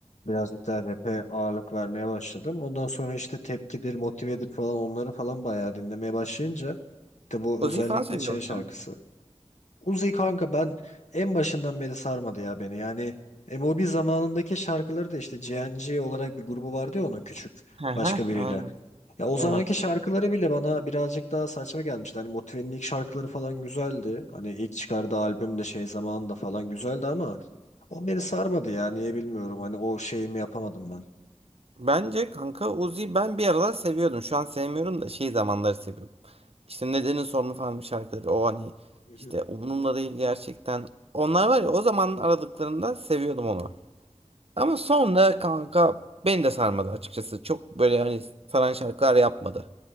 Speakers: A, on the left; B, on the right.
A: birazcık daha rap'e ağırlık vermeye başladım. Ondan sonra işte Tepkidir, Motive'dir falan onları falan bayağı dinlemeye başlayınca de bu özellikle
B: Uzi'yi falan seviyor
A: şey
B: muydun?
A: şarkısı. Uzi kanka ben en başından beri sarmadı ya beni. Yani MOB zamanındaki şarkıları da işte GNG olarak bir grubu vardı ya onun küçük
B: Hı hı,
A: başka biriyle.
B: aynen.
A: Ya o zamanki
B: Evet.
A: şarkıları bile bana birazcık daha saçma gelmişti. Hani Motive'nin ilk şarkıları falan güzeldi. Hani ilk çıkardığı albüm de şey zamanında falan güzeldi ama o beni sarmadı ya niye bilmiyorum. Hani o şeyimi yapamadım ben.
B: Bence kanka Uzi ben bir aralar seviyordum. Şu an sevmiyorum da şey zamanları seviyorum. İşte Nedenin Sorunu falan bir şarkıları. O hani
A: <laughs>
B: işte umurumda değil gerçekten. Onlar var ya o zaman aradıklarında seviyordum onu. Ama sonra kanka beni de sarmadı açıkçası. Çok böyle hani saran şarkılar yapmadı.